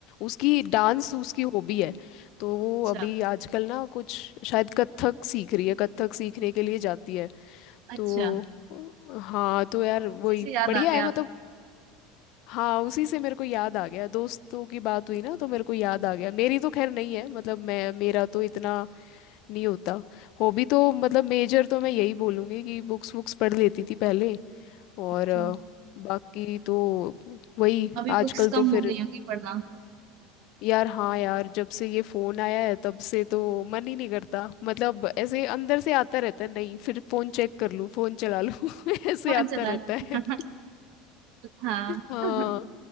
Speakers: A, on the left; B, on the right.
A: उसकी डांस उसकी हॉबी है तो वो
B: अच्छा
A: अभी आजकल ना कुछ शायद कथक सीख रही है कथक सीखने के लिए जाती है
B: अच्छा
A: तो हाँ तो यार वही
B: इसी से याद
A: बढ़िया
B: आ गया
A: है मतलब
B: आपको
A: हाँ उसी से मेरे को याद आ गया दोस्तों की बात हुई ना तो मेरे को याद आ गया मेरी तो खैर नहीं है मतलब मैं मेरा तो इतना नहीं होता हॉबी तो मतलब मेजर तो मैं यही बोलूँगी कि बुक्स वुक्स पढ़ लेती थी पहले और
B: अच्छा,
A: अ, बाकी तो वही
B: अभी
A: आजकल
B: बुक्स कम
A: तो फिर
B: हो गई होंगी पढ़ना
A: यार हाँ यार जब से ये फोन आया है तब से तो मन ही नहीं करता मतलब ऐसे अंदर से आता रहता है नहीं फिर फोन चेक कर लूँ फोन चला लूँ <laughs> ऐसे
B: फोन
A: आता
B: चला लो।
A: रहता
B: <laughs>
A: है
B: हाँ
A: हाँ
B: <laughs>